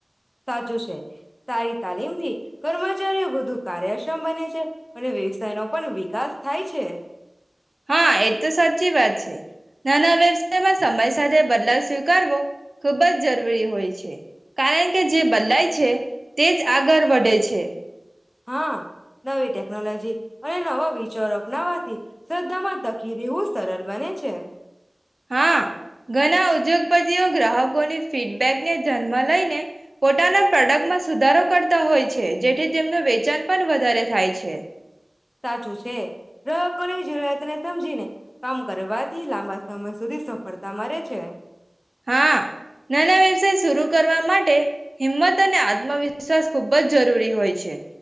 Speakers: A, on the left; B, on the right.
A: સાચું છે તારી તાલીમ થી કર્મચારીઓ વધુ કાર્યક્ષમ બને છે. અને વ્યવસાય નો પણ વિકાસ થાય છે <inaudible> <inaudible>
B: હા એજ તો સાચી વાત છે નાના વ્યવસાયમાં સમય સાથે બદલા સ્વીકારવો ખૂબ જ જરૂરી હોય છે કારણ કે જે બદલાય છે તે જ આગળ વધે છે.
A: હા નવી ટેકનોલોજી અને નવા વિચારો ના વાથી શ્રદ્ધામાં તકી રવું સરળ બને છે.
B: હા ઘણા ઉદ્યોગપતિઓ ગ્રાહકોની ફીડબેકને જન્મ લઈ ને પોતાના પ્રોડક્ટમાં સુધારો કરતા હોય જેથી તેમનું વેચાણ પણ વધારે થાય છે.
A: સાચું છે ગ્રહકોની જરૂરિયાતને સમજીને કામ કરવાથી લાંબા સમય સુધી ધિ સફ પડતા મારે છે.
B: હા નાના વ્યવસાય શરૂુ કરવા માટે હિંમત અને આત્મવિશ્વાસ ખૂબ જ જરૂરી હોય છે,